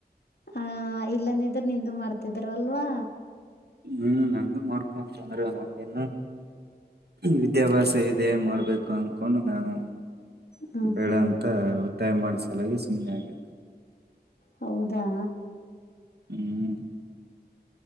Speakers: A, on the left; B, on the right.
A: ಆ ಇಲ್ಲಂದಿದ್ರೆ ನಿಂದು ಮಾಡ್ತಿದ್ರವಲ್ವಾ
B: ಹ್ಮ್ ನಂದು ಮಾಡ್ಕೊ ಅಂತಂದ್ರೆ ನನ್ೇನು ವಿದ್ಯಾಭ್ಯಾಸ ಇದೆ ಮಾಡ್ಬೇಕು ಅನ್ಕೊಂಡು ನಾನು
A: ಹ್ಮ್
B: ಬೇಡ
A: ಹ್ಮ್
B: ಅಂತ ಟ್ಟಾಯ ಮಾಡಿಸಲಾಗಿ ಸುಮ್ಮನೆ ಆಗೆ
A: ಹೌದಾ
B: ಹ್ಮ್